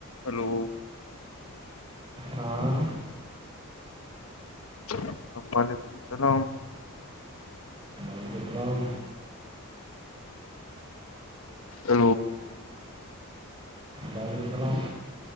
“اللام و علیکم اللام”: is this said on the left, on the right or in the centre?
Left